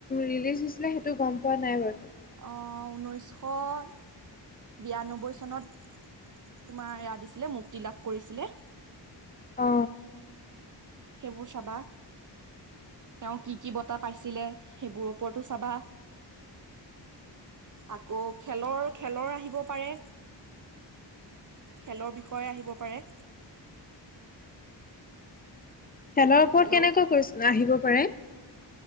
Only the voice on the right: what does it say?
অ ঊনৈছশ বিৰানব্বৈ চনত। তোমাৰ এয়া দিছিলে মুক্তি লাভ কৰিছিলে।
সেইবোৰ চাবা। তেওঁ কি কি বঁটা পাইছিলে সেইবোৰ ওপৰটো চাবা। আকৌ খেলৰ খেলৰ আহিব পাৰে। খেলৰ বিষয়ে আহিব পাৰে।
হেল্ল'